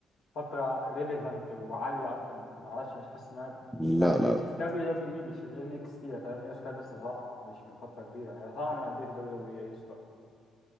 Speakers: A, on the left; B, in the centre.
A: فترة ريليفنت وعالية أكتر من معرفش مش حاسس إنها
B: لا
A: يعني إيه
B: لا لا
A: في ال WWE مش ال NXT تقريبا إيه سكاي لسه طالعة مش من فترة كبيرة يعني طالعة من قد إيه في ال WWE إيه سكاي